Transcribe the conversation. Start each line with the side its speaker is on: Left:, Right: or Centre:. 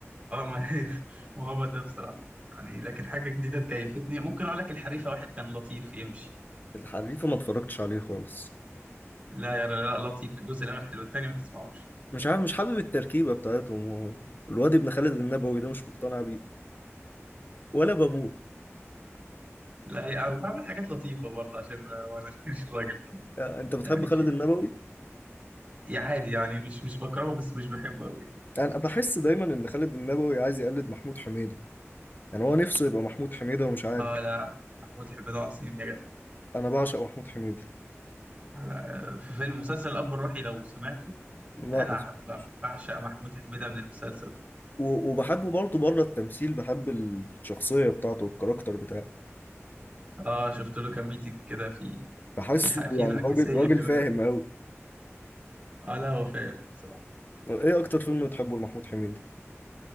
Right: آه ما هي <laughs> ما هو ده بصراحة يعني لكن حاجة جديدة تكيفتني ممكن أقول لك الحريفة واحد كان لطيف يمشي
Left: الحريفه ما اتفرجتش عليه خالص
Right: لا يا ر- لا لطيف الجزء الأول حلو التاني ما تسمعوش
Left: مش عارف مش حابب التركيبه بتاعتهم هو الواد ابن خالد النبوي ده مش مقتنع بيه ولا بابوه
Right: لا هي- أنا بعمل حاجات لطيفة برضه عشان ما نركنش الراجل كده
Left: آه، انت بتحب
Right: يعني
Left: خالد
Right: في حاجة
Left: النبوي
Right: يعني عادي يعني مش مش بكرهه بس مش بحبه أوي يعني.
Left: انا بحس دايما ان خالد النبوي عايز يقلد محمود حميدة يعني هو نفسه يبقى محمود حميدة ومش عارف
Right: آه لا محمود حميد عظيم يا جدع
Left: انا بعشق محمود حميدة
Right: أنا آه، في فيلم مسلسل الأب الروحي لو سمعته
Left: لا
Right: أنا
Left: ما سمعتوش
Right: ب- بعشق محمود حميدة من المسلسل ده
Left: و- وبحبه برضه بره التمثيل بحب الشخصية بتاعته والكاركتر بتاعه
Right: آه شفت له كام ميتنج كده في
Left: بحسه
Right: في ح- في
Left: يعني
Right: نرجسية
Left: راجل راجل
Right: كده
Left: فاهم قوي
Right: آه لا هو فاهم بصراحة
Left: ايه اكتر فيلم بتحبه لمحمود حميدة